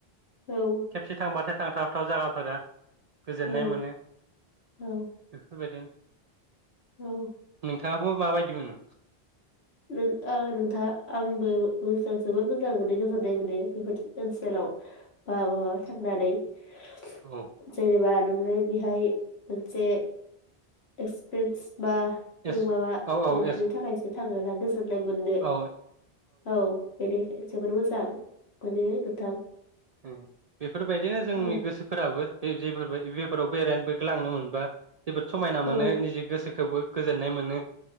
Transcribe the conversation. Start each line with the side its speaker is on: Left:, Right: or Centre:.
Left: औ
Right: खेबसे थांबाथाय थांथावथाव जागाफोरा। गोजोननाय
Left: औ
Right: मोनो
Left: औ
Right: बेफोरबायदिन
Left: औ
Right: थाङाबो माबायदि मोनो?
Left: नो ओ नोंथाङा आंबो गोसोआव जोबोर मोजां मोनो गोजोननाय मोनो बेफोर ओनसोलाव बा बहाबा थांनानै। जेनेबा
Right: औ
Left: नोङो बेहाय मोनसे एक्सप्रेन्स बा
Right: एस
Left: ओ माबा
Right: औ औ
Left: मोननो
Right: एस
Left: थाखायसो थागोना बेस जनाय मोननो
Right: औ
Left: औ बेनिखा जोबोर मोजां मोनो बे
Right: ओ बेफोरबायदिनो जोंनि
Left: औ
Right: गोसोफोराबो बे जेफोर बेफोराव बेरायनो ग्लांनोबो मोनबा जोबोद समायना मोनो
Left: औ
Right: निजे गोसोखोबो। गोजोननाय मोनो